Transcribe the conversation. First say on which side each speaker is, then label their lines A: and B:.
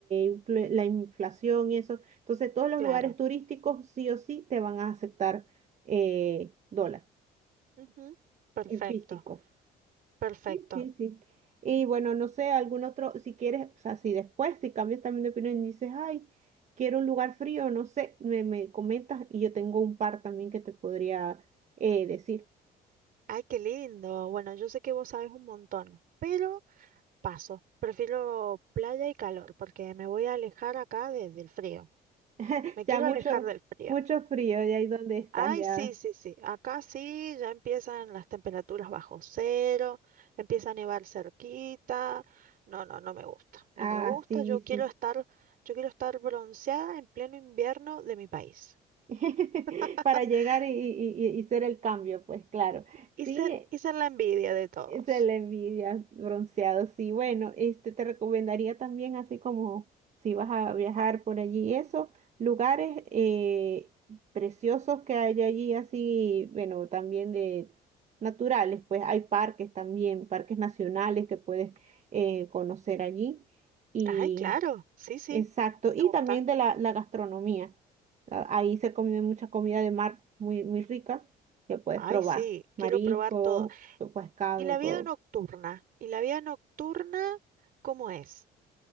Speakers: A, on the right; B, on the right.
A: influ- la inflación y eso. Entonces, todos los
B: Claro.
A: lugares turísticos sí o sí te van a aceptar eh, dólar
B: Ujú. Perfecto,
A: en físico.
B: perfecto.
A: Sí, sí, sí. Y bueno, no sé, algún otro, si quieres, o sea, si después, si cambias también de opinión y dices, ay, quiero un lugar frío, no sé, me, me comentas y yo tengo un par también que te podría eh, decir.
B: Ay, qué lindo. Bueno, yo sé que vos sabes un montón, pero paso. Prefiero playa y calor porque me voy a alejar acá de- del frío.
A: <laughs>
B: Me quiero
A: Ya mucho,
B: alejar del frío.
A: mucho frío, ya ahí donde estás,
B: Ay,
A: ya.
B: sí, sí, sí. Acá sí, ya empiezan las temperaturas bajo cero, empieza a nevar cerquita. No, no, no me gusta. No
A: Ah,
B: me gusta.
A: sí,
B: Yo
A: sí.
B: quiero estar, yo quiero estar bronceada en pleno invierno de mi país.
A: <laughs>
B: <laughs>
A: Para llegar y, y, y y ser el cambio, pues claro.
B: Y
A: Sí,
B: ser, y ser la envidia de
A: <laughs>
B: todos.
A: Se le envidia bronceado, sí. Bueno, este te recomendaría también, así como si vas a viajar por allí, esos lugares eh, preciosos que hay allí, así, bueno, también de naturales, pues hay parques también, parques nacionales que puedes eh, conocer allí. Y
B: Ay, claro, sí, sí,
A: exacto, y
B: me
A: también
B: gusta.
A: de la, la gastronomía. A- Ahí se come mucha comida de mar muy, muy rica que puedes
B: Ay,
A: probar,
B: sí,
A: mariscos,
B: quiero probar todo.
A: pescado,
B: ¿Y la
A: todo.
B: vida nocturna? ¿Y la vida nocturna cómo es?